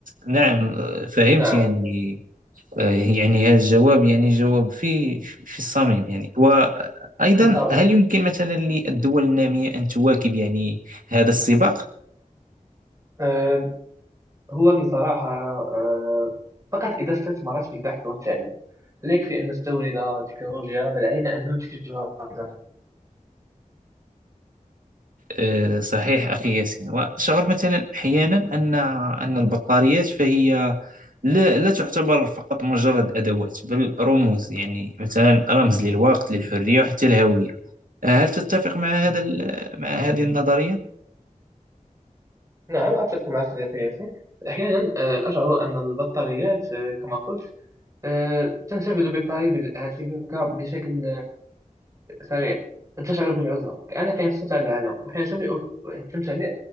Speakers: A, on the right; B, on the right.
A: نعم آه، فهمت
B: نعم
A: يعني يعني هذا الجواب يعني جواب في في الصميم يعني وأيضا
B: بالطبع
A: هل يمكن مثلا للدول النامية أن تواكب يعني هذا السباق؟
B: أه هو بصراحة أه فقط إذا استثمرت في البحث والتعليم لا يكفي أن نستورد تكنولوجيا بل علينا أن ننتجها أيضا
A: أه، صحيح أخي ياسين وأشعر مثلا أحيانا أن أن البطاريات فهي لا, لا تعتبر فقط مجرد أدوات بل رموز يعني مثلا رمز للوقت للحرية وحتى الهوية أه، هل تتفق مع هذا ال- مع هذه النظرية؟
B: نعم أتفق معك صديقي ياسين أحيانا أه، أشعر أن البطاريات أه، كما قلت أه، تنسفذ بطاري هاتفك بشكل سريع تشعر بالعزلة كأنك انفصلت عن العالم وحين تملئ التمتلئ